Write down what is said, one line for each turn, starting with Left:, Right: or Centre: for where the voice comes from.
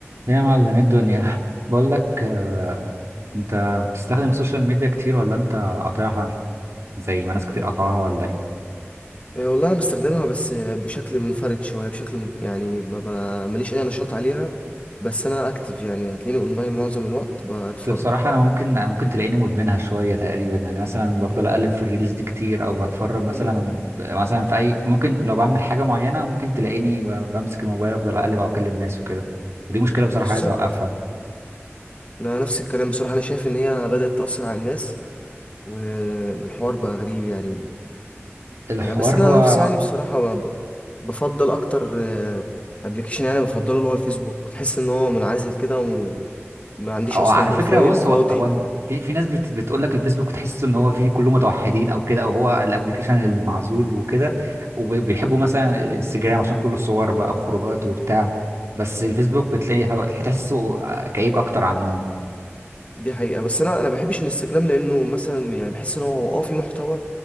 Right: يا معلم إيه الدنيا بقول لك آه، انت بتستخدم السوشيال ميديا كتير ولا انت قاطعها زي ما ناس كتير
Left: آه،
Right: قاطعها ولا ايه
Left: والله انا بستخدمها بس آه، بشكل منفرد شويه بشكل من... يعني ما ب... ماليش اي نشاط عليها بس انا اكتف يعني هتلاقيني اونلاين معظم الوقت بتفرج
Right: أصل بصراحة انا ممكن ممكن تلاقيني مدمنها شوية تقريبا يعني مثلا بفضل اقلب في الريلز دي كتير او بتفرج مثلا
Left: امم
Right: مثلا في اي ممكن لو بعمل حاجة معينة ممكن تلاقيني ب- بمسك الموبايل افضل اقلب او اكلم ناس وكده ودي مشكلة بصراحة
Left: بالظبط
Right: عايز اوقفها
Left: انا نفس الكلام بصراحه انا شايف ان هي بدات تاثر على الناس والحوار بقى غريب يعني
Right: الحوار
Left: يعني بس انا
Right: هو
Left: نفسي يعني بصراحه ب... بفضل اكتر ابلكيشن يعني بفضله اللي هو الفيسبوك تحس ان هو منعزل كده وما عنديش
Right: أو
Left: اصلا
Right: على
Left: بروفايل
Right: فكرة بص
Left: فاضي
Right: هو هو في في ناس بت بتقول لك الفيسبوك تحس ان هو فيه كله متوحدين او كده او هو الابلكيشن المعزول وكده وبيحبوا مثلا الانستجرام عشان كله صور بقى وخروجات وبتاع بس الفيسبوك بتلاقي هو- هتحسه كئيب اكتر عنهم
Left: دي حقيقة بس انا انا بحبش الانستجرام لانه مثلا يعني بحس ان هو اه في محتوى